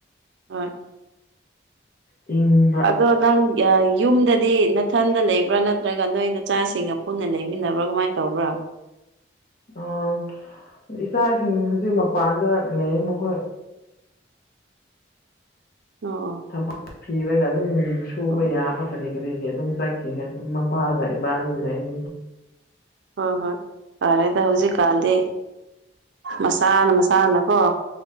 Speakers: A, on the right (about 70°); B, on the left (about 50°).
A: ꯍꯣꯏ
B: ꯆꯤꯡ
A: ꯑꯗꯣ ꯅꯪ ꯌꯨꯝꯗꯗꯤ ꯅꯥꯊꯟꯗ ꯂꯩꯕ꯭ꯔꯥ ꯅꯠꯇ꯭ꯔꯒ ꯅꯣꯏ ꯅꯆꯥꯁꯤꯡꯒ ꯄꯨꯟꯅ ꯂꯩꯃꯤꯟꯅꯕ꯭ꯔꯥ ꯀꯃꯥꯏꯅ ꯇꯧꯕ꯭ꯔꯥ
B: ꯑꯣ ꯏꯆꯥꯁꯤꯡ ꯍꯧꯖꯤꯛ ꯃꯄꯥꯟꯗ ꯂꯩ ꯃꯈꯣꯏ
A: ꯑꯣ ꯑꯣ
B: ꯊꯕꯛ ꯊꯤꯔꯒ ꯑꯗꯨꯝ ꯁꯨꯕ
A: ꯑꯣ ꯑꯣ
B: ꯌꯥꯕ ꯀꯔꯤ ꯀꯔꯤꯒꯤ ꯑꯗꯨꯝ ꯆꯠꯈꯤ ꯑꯗꯨꯝ ꯃꯄꯥꯒ ꯏꯕꯥꯅꯤ ꯂꯩ
A: ꯍꯣꯏ ꯍꯣꯏ ꯐꯔꯦꯗ ꯍꯧꯖꯤꯛꯀꯥꯟꯗꯤ ꯃꯁꯥꯅ ꯃꯁꯥꯅꯀꯣ